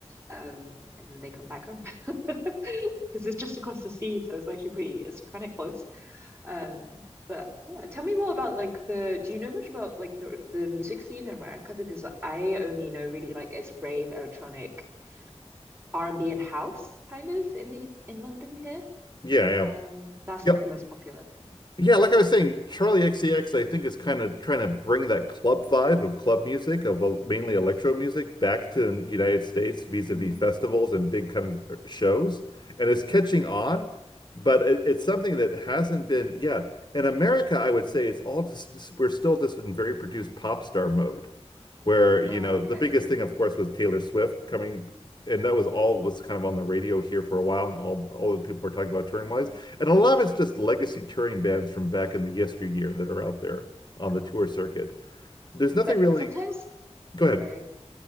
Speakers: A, on the right (about 20°); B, on the left (about 40°).
A: um, and then they come back home <laughs> because it's just across the sea, so it's actually pretty. It's kind of close. Um, but uh, tell me more about like the. Do you know much about like the the music scene in America? Because I only know really like it's rave, electronic, R&B and B and house kind of in the in London here.
B: Yeah, yeah,
A: Um, that's
B: yeah.
A: like the most popular thing.
B: Yeah, like I was saying, Charlie XCX, I think, is kind of trying to bring that club vibe of club music, of uh, mainly electro music, back to the United States vis-a-vis
A: Mm,
B: festivals and big kind of uh, shows. And it's catching on, but it, it's something that hasn't been, yeah. In America, I would say it's all just- we're still just in very produced pop star mode where, you
A: Okay,
B: know, the biggest thing, of course, was Taylor Swift coming. And that was all was kind of on the radio here for a while, and all all the people were talking about
A: yeah.
B: touring wise. And a lot of it's just legacy touring bands from back in the yesteryear that are out there on
A: Um,
B: the tour circuit. There's nothing
A: but
B: really.
A: sometimes,
B: Go ahead.
A: sorry,